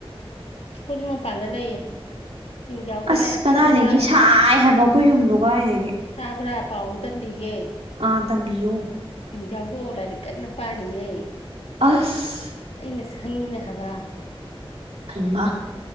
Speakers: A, on the left; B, on the right.
A: ꯑꯩꯈꯣꯏꯁꯨ ꯃꯄꯥꯟꯗ ꯂꯩꯌꯦ ꯄꯤꯡꯖꯥꯎꯗꯣ
B: ꯑꯁ
A: ꯂꯥꯏꯔꯤꯛ
B: ꯀꯗꯥꯏꯗꯒꯤ
A: ꯀꯟꯅ ꯄꯥꯔꯤ
B: ꯁꯥꯏ ꯍꯥꯏꯕ ꯑꯩꯈꯣꯏ ꯌꯨꯝꯗꯣ ꯀꯗꯥꯏꯗꯒꯤ
A: ꯇꯥꯕ꯭ꯔꯥ ꯄꯥꯎ ꯑꯃ ꯇꯝꯕꯤꯒꯦ
B: ꯑꯥ ꯇꯝꯕꯤꯌꯨ
A: ꯄꯤꯡꯖꯥꯎꯗꯣ ꯂꯥꯏꯔꯤꯛ ꯀꯟꯅ ꯄꯥꯔꯤꯌꯦ
B: ꯑꯁ
A: ꯑꯩꯅ ꯁꯪꯉꯤꯅꯦ ꯍꯥꯏꯕ
B: ꯍꯃꯥ